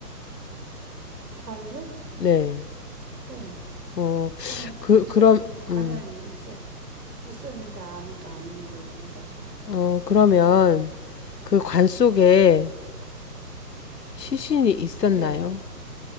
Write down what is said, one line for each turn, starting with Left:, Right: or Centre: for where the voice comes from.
Right: 관요?
Left: 네.
Right: 네.
Left: 어,
Right: 관은
Left: 그,
Right: 있었죠.
Left: 그럼,
Right: 관은
Left: 음,
Right: 있었, 있었는데 아무도 안 온 걸긴 하죠.
Left: 어, 그러면 그 관 속에
Right: 네.
Left: 시신이 있었나요?
Right: 네.